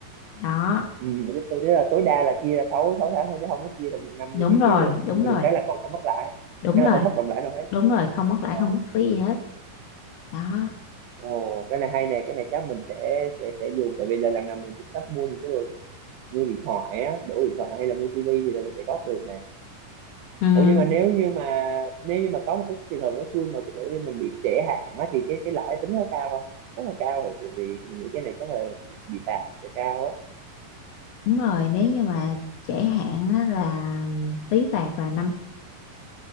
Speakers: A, on the left (about 75°); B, on the right (about 80°).
A: đó
B: ừ, chứ tôi thấy là tối đa là chia ra 6 6 tháng thôi chứ không có chia thành một năm
A: đúng
B: như cái
A: rồi
B: kia được
A: đúng
B: nhưng mà
A: rồi
B: được cái là không không mất lãi
A: đúng
B: được cái
A: rồi
B: là không mất đồng lãi đâu hết
A: đúng rồi không mất lãi
B: ờ.
A: không mất phí gì hết đó
B: Ồ, cái này hay nè, cái này chắc mình sẽ sẽ sẽ dùng tại vì là lần nào mình cũng sắp mua những cái đồ như điện thoại á, đổi điện thoại hay là mua tivi gì là sẽ góp được nè.
A: ừ,
B: Ủa nhưng mà nếu như mà nếu như mà có một cái trường hợp nó xui mà kiểu như mình bị trễ hạn á thì cái cái lãi tính nó cao không? Chắc là cao thì tại vì mình nghĩ cái này chắc là bị phạt sẽ cao á.
A: đúng rồi nếu như mà trễ hạn á, là phí phạt là